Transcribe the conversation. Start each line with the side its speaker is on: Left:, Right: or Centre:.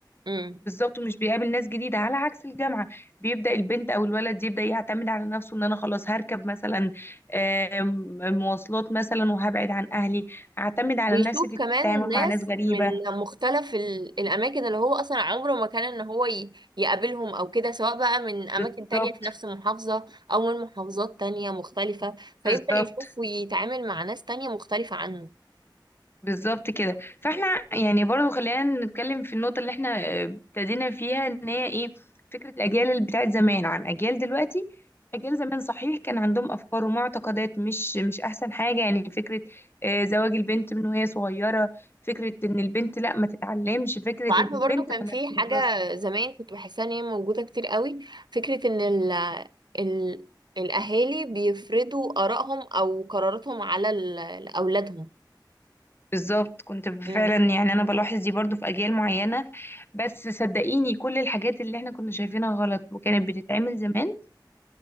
Right: امم.
Left: بالظبط ومش بيقابل ناس جديدة على عكس الجامعة بيبدأ البنت أو الولد يبدأ يعتمد على نفسه إن أنا خلاص هركب مثلا آم، مواصلات مثلا وهبعد عن أهلي هعتمد على
Right: ويشوف
Left: نفسي في التعامل
Right: كمان ناس
Left: مع ناس غريبة
Right: من مختلف ال- الأماكن اللي هو أصلا عمره ما كان إن هو ي- يقابلهم أو كده سواء بقى من أماكن
Left: بالظبط
Right: تانية في نفس المحافظة أو من محافظات تانية مختلفة فيبدأ
Left: بالظبط
Right: يشوف ويتعامل مع ناس تانية مختلفة عنه
Left: بالظبط كده فاحنا يعني برضو خلينا نتكلم في النقطة اللي احنا آه، ابتدينا فيها ان هي ايه فكرة الأجيال اللي بتاعت زمان عن أجيال دلوقتي أجيال زمان صحيح كان عندهم أفكار ومعتقدات مش مش أحسن حاجة يعني فكرة آه، زواج البنت من وهي صغيرة فكرة إن البنت لا ما تتعلمش فكرة
Right: وعارفة
Left: إن البنت
Right: برضو كان
Left: ملهاش
Right: في
Left: دراسة
Right: حاجة زمان كنت بحسها إن هي موجودة كتير قوي فكرة إن ال ال الأهالي بيفرضوا آرائهم أو قراراتهم على ال- أولادهم
Left: بالظبط كنت فعلا
Right: مم.
Left: يعني أنا بلاحظ دي برضو في أجيال معينة بس صدقيني كل الحاجات اللي احنا كنا شايفينها غلط وكانت بتتعمل زمان